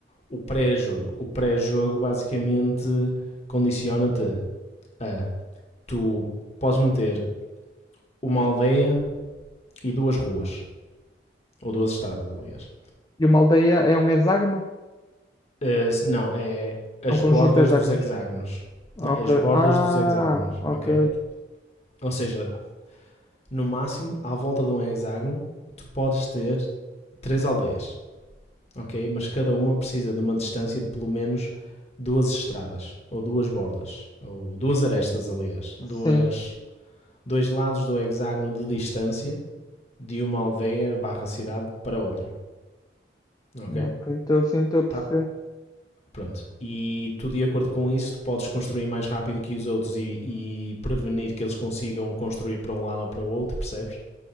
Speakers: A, on the left; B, on the left.
A: o pré-jogo. O pré-jogo basicamente condiciona-te a tu podes meter uma aldeia e duas ruas, ou duas estradas, aliás.
B: E uma aldeia é um hexágono?
A: Uh, não, é as
B: É um conjunto
A: bordas
B: de hexágonos.
A: dos hexágonos.
B: Ok.
A: Não, é as bordas
B: Ah,
A: dos hexágonos,
B: ok.
A: ok? Ou seja, no máximo, à volta de um hexágono, tu podes ter três aldeias, ok? Mas cada uma precisa de uma distância de pelo menos duas estradas, ou duas bordas, ou duas arestas, aliás, duas
B: Sim.
A: dois lados do hexágono de distância de uma aldeia barra cidade para outra. Ok?
B: Ok, então sim, estou a perceber.
A: Tá. Pronto. E tu, de acordo com isso, tu podes construir mais rápido que os outros e, e prevenir que eles consigam construir para um lado ou para o outro, percebes?